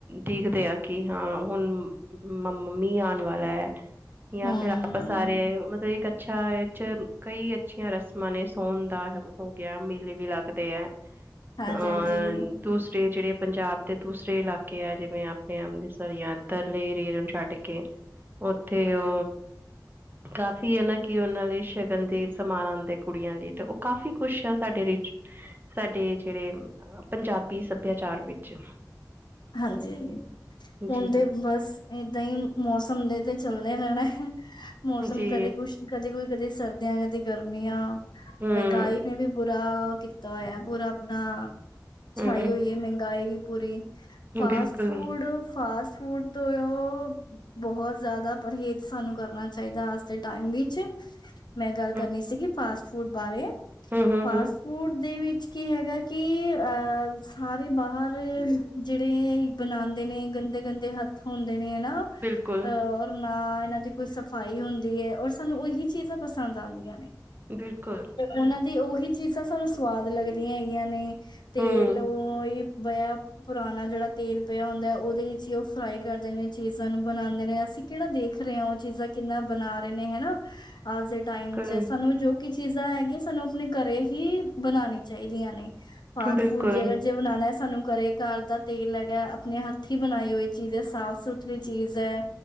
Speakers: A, on the right (about 30°); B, on the left (about 80°).
A: ਦੇਖਦੇ ਆ ਕਿ ਹਾਂ ਹੋਨ ਮਮ ਮੀ ਆਨ ਵਾਲੈ। ਯਾ
B: ਹਮ
A: ਫੇਰ ਅਪਾ ਸਾਰੇ ਮਤਬ ਇੱਕ ਅੱਛਾ ਏ ਚ ਕਈ ਅੱਛੀਆਂ ਰਸਮਾਂ ਨੇ ਸੋਨ ਦਾ ਹੋ ਗਯਾ ਮੇਲੇ ਵੀ ਲਾਗਦੇ ਐ। <inaudible>
B: ਹਾਂਜੀ ਹਾਂਜੀ
A: ਦੂਸਰੇ ਜੇੜੇ ਪਂਜਾਬ ਦੇ ਦੂਸਰੇ ਇਲਾਕੇ ਐ ਜਿਵੇ ਆਪਨੇ ਅੰਮ੍ਰਿਤਸਰ ਯਾ ਐਦਰਲੇ ਏਰੀਏ ਨੂੰ ਛੱਡ ਕੇ।
B: ਹ।
A: ਓਥੇ ਓ, ਕਾਫੀ ਐ ਨਾ ਕਿ ਓਨਾ ਲਈ ਸ਼ਗਨ ਦੇ ਸਮਾਨ ਆਂਦੇ ਕੁੜੀਆਂ ਲਈ ਤੇ ਓ ਕਾਫੀ ਕੋਛ ਆ ਸਾਡੇ ਰਿਚ ਸਾਡੇ ਜੇਰੇ ਪਂਜਾਬੀ ਸਬਯਾਚਾਰ ਵਿੱਚ।
B: ਹਾਂਜੀ-ਹਾਂਜੀ, ਹੁਨ
A: ਜੀ
B: ਤੇ ਬਾੱਸ ਏਦਾ ਈ ਮੌਸਮ ਦੇ ਤੇ ਚੱਲਦੇ ਰੈਣੈ। ਮੌਸਮ
A: ਜੀ
B: ਕਦੇ ਕੁਛ ਕਦੇ ਕੋਈ ਕਦੇ ਸਰਦੀਆ ਕਦੇ ਗਰਮੀਆ,
A: ਹਮ
B: ਮੈਗਾਈ ਨੇ ਵੀ ਬੁਰਾ ਕੀਤਾ ਓਏਐ ਪੂਰਾ ਅਪਨਾ,
A: ਹਮ
B: ਛਾਈ
A: ਹਮ
B: ਓਈ ਏ ਮੈੰਗਾਈ ਵੀ ਪੂਰੀ। ਫਾਸਟ
A: ਬਿਲਕੁਲ
B: ਫੂਡ- ਫਾਸਟ ਫੂਡ ਤੋ ਯੋ ਬੋਹਤ ਜ਼ਾਦਾ ਪਰਹੇਜ਼ ਸਾਨੂੰ ਕਰਨਾ ਚਾਈਦਾ ਆੱਜ ਦੇ ਟਾਈਮ ਵਿੱਚ। ਮੈਂ ਗਾੱਲ ਕਰਨੀ
A: ਹਮ
B: ਸੀਗੀ ਫਾਸਟ ਫੂਡ ਬਾਰੇ,
A: ਹਮ ਹਮ
B: ਫਾਸਟ
A: ਹਮ
B: ਫੂਡ ਦੇ ਵਿੱਚ ਕੀ ਹੈਗਾ ਕਿ ਅ ਸਾਰੇ ਬਾਹਰ ਜੇੜੇਈ ਬਨਾਂਦੇ ਨੇ ਗਨਦੇ-ਗਨਦੇ ਹੱਥ ਹੋਂਦੇ ਨੇ ਅਨਾ,
A: ਬਿਲਕੁਲ
B: ਔਰ ਨਾ ਏਨਾ ਦੀ ਕੋਈ ਸਫ਼ਾਈ ਹੋਂਦੀ ਏ ਔਰ ਸਾਨੂੰ ਓਹੀ ਚੀਜ਼ਾ ਪਸਾਂਦ ਆਂਦੀਆ ਨੇ।
A: ਬਿਲਕੁਲ।
B: ਓਨਾ ਦੀ ਓਹੀ ਚੀਜ਼ਾਂ ਸਾਨੂੰ ਸਵਾਦ ਲੱਗਦੀਆਂ ਐਗੀਆਂ ਨੇ, ਤੇਲ
A: ਹਮ
B: ਓ ਈ ਬਯਾ ਪੁਰਾਨਾ ਜੜਾ ਤੇਲ ਪਯਾ ਓਂਦੈ ਓਦੇ ਵਿੱਚ ਈ ਓ ਫਰਾਈ ਕਰਦੇ ਨੇ ਚੀਜ਼ਾਂ ਨੂੰ ਬਨਾਂਦੇ ਨੇ ਅਸੀ ਕੇੜਾ ਦੇਖ ਰੇ ਆ ਓ ਚੀਜ਼ਾਂ ਕਿਨਾ ਬਨਾ ਰੇ ਨੇ ਹੈਨਾ, ਆੱਜ ਦੇ ਟਾਈਮ
A: ਬਿਲਕੁਲ
B: ਚ ਸਾਨੂੰ ਜੋ ਕੀ ਚੀਜ਼ਾਂ ਐਗੀਆਂ ਸਾਨੂੰ ਅਪਨੇ ਘੱਰੇ ਹੀ ਬਨਾਨੀ ਚਾਈਦੀਆਂ ਨੇ, ਫਾਸਟ
A: ਬਿਲਕੁਲ
B: ਫੂਡ ਜੇ ਅਗਰ ਜੇ ਬਨਾਨੈ ਸਾਨੂੰ ਘੱਰੇ ਘਾੱਰ ਦਾ ਤੇਲ ਐਗੈ ਅਪਨੇ ਹੱਥੀ ਬਨਾਈ ਓਈ ਚੀਜ਼ ਐ ਸਾਫ ਸੁਥਰੀ ਚੀਜ਼ ਐ